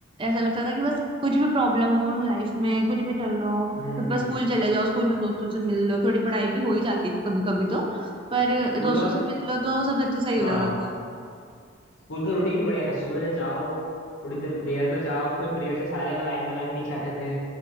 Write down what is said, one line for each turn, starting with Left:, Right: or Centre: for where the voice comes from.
Right: ऐसा लगता था कि बस कुछ भी प्रॉब्लम हो लाइफ में कुछ भी चल रहा हो
Left: हम्म
Right: तो बस स्कूल चले जाओ स्कूल में दोस्तों से मिल लो थोड़ी पढ़ाई भी हो ही जाती थी कभी कभी तो पर
Left: स्कूल
Right: दोस्तों
Left: वाले
Right: से मिल लो तो सब अच्छे सही हो
Left: हाँ
Right: जाता था
Left: स्कूल का रूटीन भी बढ़िया था सुबह से जाओ थोड़ी देर प्रेयर में जाओ फिर प्रेयर से सारे ना लाइन बना के नीचे आते थे